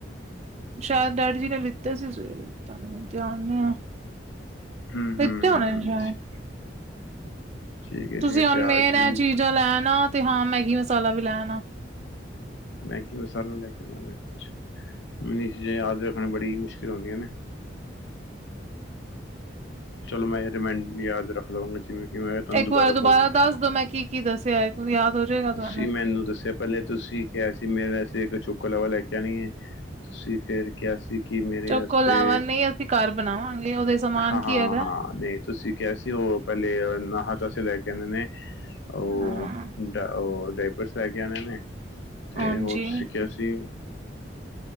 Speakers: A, on the right; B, on the left.
A: ਸ਼ਾਇਦ ਡੈਡੀ ਜੀ ਨੇ ਲਿੱਤੇ ਸੀ ਸਵੇਰੇ, ਪਤਾ ਨੀ ਹੁਨ ਧਿਆਨ ਨੀ ਐ।
B: ਹੂੰ ਹੂੰ
A: ਲੀਤੇ ਹੋਣੇ
B: ਹੂੰ
A: ਨੇ
B: ਹੂੰ
A: ਸ਼ੈਦ।
B: ਠੀਕ ਹੈ
A: ਤੁਸੀਂ
B: ਠੀਕ ਹੈ
A: ਹੁਨ
B: ਪਿਆਜ਼
A: ਮੇਨ ਐ
B: ਵੀ
A: ਚੀਜ਼ਾਂ
B: ਸੀ
A: ਲੈ ਆਨਾ, ਤੇ ਹਾਂ ਮੈਗੀ ਮਸਾਲਾ ਵੀ ਲੈ ਆਨਾ।
B: ਮੈਗੀ ਮਸਾਲਾ ਲੈ ਕੇ ਆਣਾ ਵੇ, ਅਛਾ। ਮੇਨ ਚੀਜ਼ਾਂ ਯਾਦ ਰੱਖਣਾ ਵੀ ਬੜੀ ਮੁਸ਼ਕਿਲ ਹੁੰਦੀਆਂ ਨੇ। ਚਲੋ ਮੈਂ ਰਿਮਾਇਡ, ਯਾਦ ਰੱਖ ਲਵਾਂਗਾ ਜਿਵੇਂ ਕਿ ਮੈਂ ਤੁਹਾਨੂੰ
A: ਏਕ ਵਾਰ ਦੁਬਾਰਾ
B: ਫੋਨ
A: ਦੱਸ ਦੋ ਮੈਂ ਕੀ- ਕੀ ਦੱਸਿਐ, ਏਕ ਵਾਰ ਯਾਦ ਹੋ ਜਾਏਗਾ ਤੁਹਾਨੂੰ।
B: ਤੁਸੀਂ ਮੈਨੂੰ ਦੱਸਿਐ ਪੈਲੇ ਤੁਸੀਂ ਕਿਆ ਸੀ ਮੇਰੇ ਅਸੇ ਏਕ ਚੋਕੋ ਲਾਵਾ ਲੈ ਕੇ ਆਣੀ ਏ। ਤੁਸੀਂ ਫੇਰ ਕਿਆ ਸੀ ਕਿ ਮੇਰੇ
A: ਚੋਕੋ
B: ਅਸਤੇ,
A: ਲਾਵਾ ਨਹੀਂ ਅਸੀਂ ਘਰ ਬਣਾਵਾਂਗੇ ਉਹਦੇ ਸਮਾਨ
B: ਹਾਂਹਾਂ-
A: ਕੀ ਹੈਗਾ
B: ਹਾਂ ਨਈ ਤੁਸੀਂ ਕਿਆ ਸੀ ਓ ਪੈਲੇ ਅਨਾਹਤ ਅਸੇ ਲੈ ਕੇ ਆਨੇ ਨੇ, ਓ
A: ਹਾਂ।
B: ਡ ਓ ਡਾਈਪਰਸ ਲੈ ਕੇ ਆਣੇ ਨੇ, ਤੇ
A: ਹਾਂਜੀ
B: ਹੋਰ ਤੁਸੀਂ ਕਿਆ ਸੀ